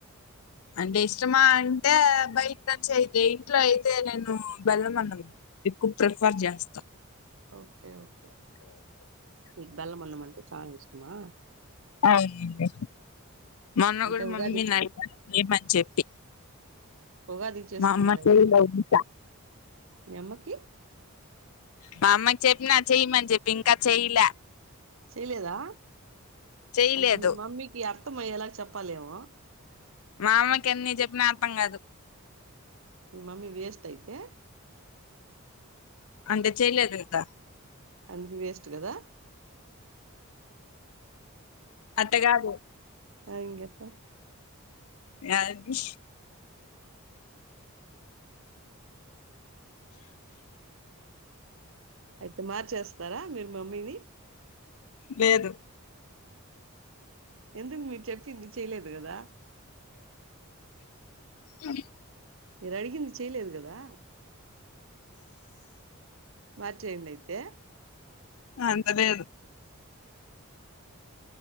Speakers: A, on the left; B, on the right.
A: అంటే ఇష్టమా అంటే బయట నుంచి అయితే ఇంట్లో అయితే నేను బెల్లమన్నం ఎక్కువ ప్రిఫర్ చేస్తా
B: అవు ఓకే మీక్ బెల్లమన్నం అంటే చాలా ఇష్టమా
A: అవునండి మొన్న
B: అంటే
A: కూడ
B: ఉగాదికి
A: మమ్మీ నడిగా చేయమని చెప్పి
B: ఉగాదికీ చేసుకున్నరా
A: మా అమ్మ
B: అయితే
A: చేయలేదు ఇంకా
B: మీ అమ్మకి
A: మా అమ్మాకి చెప్పిన చేయమని చెప్పి ఇంకా చెయ్యలే
B: చేయలేదా
A: చెయ్యలేదు
B: అంటే మీ మమ్మీకి అ మొత్తమ ఎలాగ చెప్పాలేమో
A: మా అమ్మకి ఎన్ని చెప్పినా అర్థం కాదు
B: ని మమ్మి వేస్ట్ అయితే
A: అంటే చెయలేదు కదా
B: అందుకు వేస్ట్ గదా
A: అత్త కాదు
B: ఆ ఇంగెట్ట
A: అది
B: ఐతే మార్చేస్తారా మీరు మమ్మీవి
A: లేదు
B: ఎందుకు మీరు చెప్పింది చెయలేదు కదా
A: అ
B: మీర్ అడిగింది చేయలేదు కదా మార్చేయండి అయితే
A: అంత లేేదు